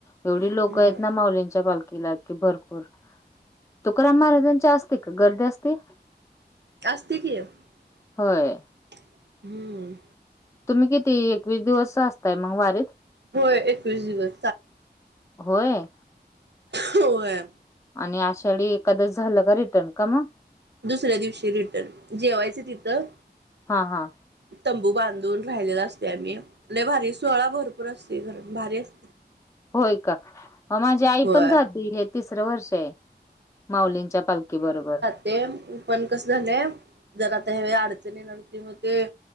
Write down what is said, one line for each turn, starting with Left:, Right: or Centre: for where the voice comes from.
Left: एवढी लोकं
Right: होय.
Left: आहेत ना माऊलींच्या पालखीला की भरपूर तु राम महाराजां चा असते का गर्दी असते
Right: असते की हम्म.
Left: होय तुम्ही किती एकवीस दिवस असताय मग वारीत
Right: होय एकवीस दिवस
Left: होय.
Right: वय
Left: आणि आषाडी एकादश झालं का रिटर्न का म?
Right: दुसऱ्या दिवशी रिटर्न जेवायच तिथं
Left: हा हा
Right: तंबू बांधून राहिलेला असते आम्ही लय भारी सोहळा भरपूर असते घर भारी अस
Left: होय का माझी आई
Right: होय
Left: पण जाते हे तिसरं वर्ष आहे. माउलींच्या पालखी बरोबर.
Right: ते उपण कसला लय जर आता ह्यावे अडचणीन की मग ते